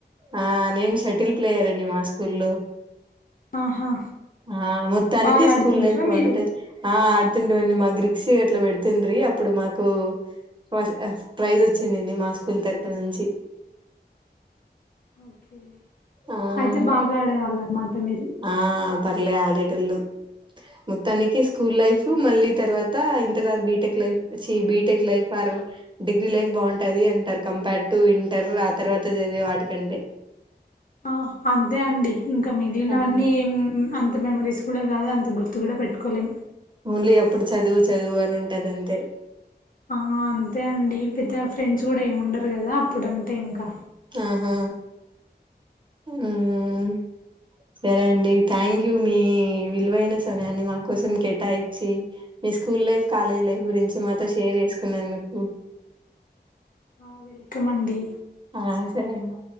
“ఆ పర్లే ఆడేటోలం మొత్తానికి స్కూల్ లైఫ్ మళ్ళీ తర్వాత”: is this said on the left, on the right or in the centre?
Right